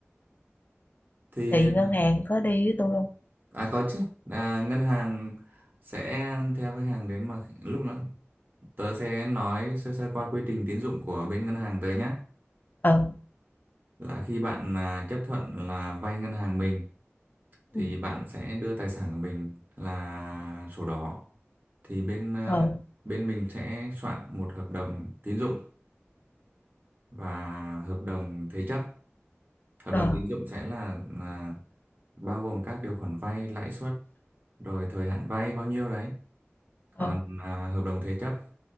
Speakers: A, on the right; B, on the left.
A: thì
B: thì
A: ờ,
B: ngân hàng có đi với tôi không
A: à có chứ à, ngân hàng sẽ theo khách hàng đến mà lúc đó tớ sẽ nói sơ sơ qua quy trình tín dụng của bên ngân hàng tớ nhé
B: ừ
A: là khi bạn là chấp thuận là vay ngân hàng mình thì
B: ừ
A: bạn sẽ đưa tài sản của mình là sổ đỏ thì bên à,
B: ừ
A: bên mình sẽ soạn một hợp đồng tín dụng và hợp đồng thế chấp hợp
B: ờ
A: đồng tín dụng sẽ là, là bao gồm các điều khoản vay lãi suất rồi thời hạn vay bao nhiêu đấy còn
B: ờ
A: à, hợp đồng thế chấp